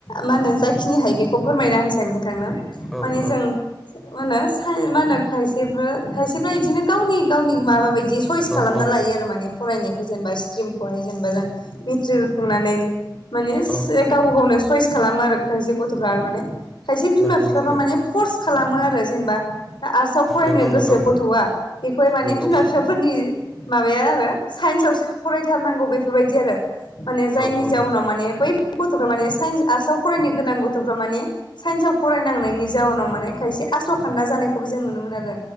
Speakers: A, on the left; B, in the centre.
A: मा होनो जाखिनि हायो बेखौ फोरमायना होनसै नोंथांनो
B: औ
A: माने
B: औ
A: जों मा होनो साइ मा होनो खायसेबो खायसेफ्रा इदिनो गावनि गावनि माबा बायदि बिदि सयस
B: औ
A: खालामना
B: औ
A: लायो आरो माने फरायनायखौ जेनेबा स्ट्रिमखौहाय जेनेबा जों मेट्रिक सोंनानै माने
B: औ
A: गावबा गावनो सयस खालामो आरो खायसे गथ'फ्रा माने खायसे बिमा
B: नंगौ
A: बिफाबा
B: नंगौ
A: माने फर्स खालामो आरो जेनेबा आर्टसआव फरायनो
B: नंगौ
A: गोसो
B: नंगौ
A: गथ'आ बेखौहाय माने
B: नंगौ
A: बिमा बिफाफोरनि माबाया आरो साइन्सआवो फरायथारनांगौ बेफोरबायदि आरो माने जायनि
B: औ औ
A: जाउनाव माने बै गथ'फ्रा माने सन्स आर्स आव फरायनो गोनां गथ'फ्रा माने साइन्स आ फरायनांनाय नि जउनाव माने खायसे आस' खान्दा जानायखौबो जों नुनो मोनो आरो